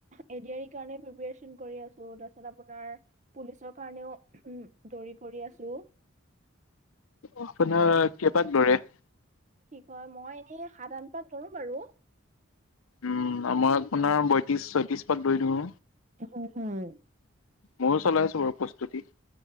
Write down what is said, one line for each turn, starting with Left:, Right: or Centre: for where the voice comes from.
Right: এডি আৰ ই কাৰণে প্ৰিপাৰেচন কৰি আছো তাৰপিছত আপোনাৰ পুলিচৰ কাৰণেও উম দৌৰি কৰি আছো।
Left: আপোনাৰ কেবাক লৰে <unintelligible>
Right: কি কয় মই এনেই সাত আঠ পাক দৌৰিম বাৰু
Left: উম মই আপোনাৰ বয়ত্ৰিশ ছয়ত্ৰিশ পাত পঢ়ি দিওঁ
Right: হয় হয়
Left: মইো চলাই আছো বৰ প্ৰস্তুতি